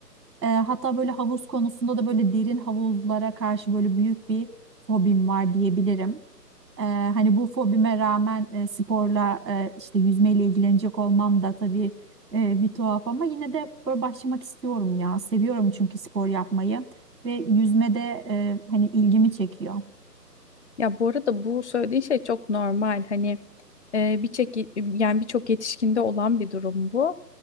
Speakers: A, on the right; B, on the left.
A: E, hatta böyle havuz konusunda da böyle derin havuzlara karşı böyle büyük bir fobim var diyebilirim. Ee, hani bu fobime rağmen e, sporla e, işte yüzmeyle ilgilenecek olmam da tabii e, bir tuhaf ama yine de böyle başlamak istiyorum ya. Seviyorum çünkü spor yapmayı ve yüzmede e, hani ilgimi çekiyor.
B: Ya bu arada bu söylediğin şey çok normal. Hani e, birçok yani birçok yetişkinde olan bir durum bu.